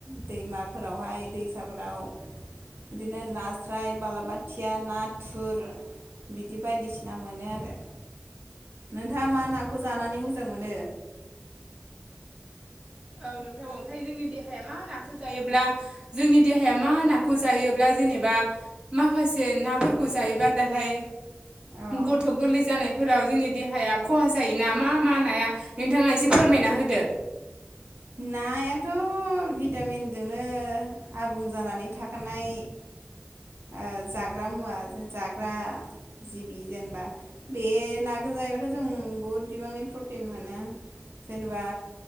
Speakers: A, on the right; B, on the right.
A: दैमाफोरावहाय दैसाफोराव बिदिनो नास्राय, बालाबाथिया, नाथुर बिदि बायदिसिना मोनो आरो। नोंथाङा मा नाखौ जानानै मोजां मोनो?
B: औ नोंथां ओमफ्राय जोंनि देहाया मा नाखौ जायोब्ला जोंनि देहाया मा नाखौ जायोब्ला जेनेबा माखासे नाफोरखौ जायोबा दालाय
A: अ
B: गथ' गोरलै जानाय फोराव जोंनि देहाया खहा जायोना, मा मा नाया, नोंथाङा एसे फोरमायना होदो।
A: नायाथ' भिटामिनजोंनो आबुं जानानै थाखानाय ओ जाग्रा मुवा, जाग्रा जिबि जेनेबा, बे ना जायोबाथ' जों बहुद बिबांनि प्रटिन मोनो, जेनेबा